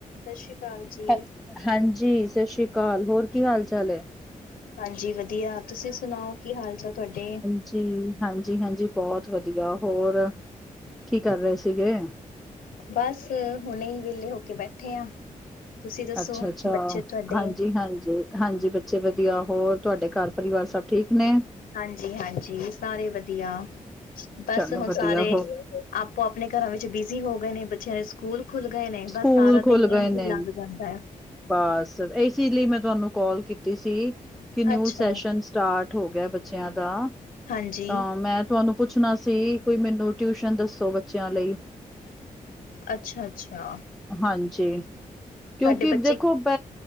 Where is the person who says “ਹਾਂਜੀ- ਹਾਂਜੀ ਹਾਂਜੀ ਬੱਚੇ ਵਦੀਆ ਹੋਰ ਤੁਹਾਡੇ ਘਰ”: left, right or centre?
Centre